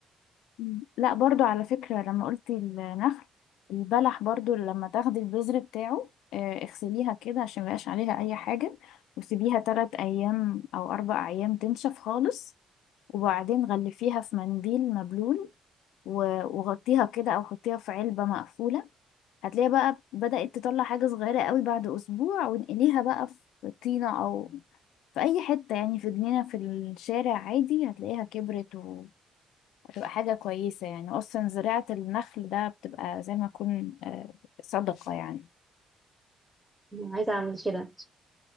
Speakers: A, on the left (about 85°); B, in the centre.
A: مم. لا برضو على فكرة لما قلت النخل البلح برضو لما تاخدي البذر بتاعه آه، اغسليها كده عشان ميبقاش عليها اي حاجة وسيبيها تلات ايام او اربع ايام تنشف خالص وبعدين غلفيها في منديل مبلول و- وغطيها كده او حطيها في علبة مقفولة هتلاقيها بقى بدأت تطلع حاجة صغيرة قوي بعد اسبوع وانقليها بقى في طينة او في اي حتة يعني في جنينة في الشارع عادي هتلاقيها كبرت وهتبقى حاجة كويسة يعني اصلا زراعة النخل ده بتبقى زي ما يكون آه، صدقة يعني
B: عايزه اعمل كده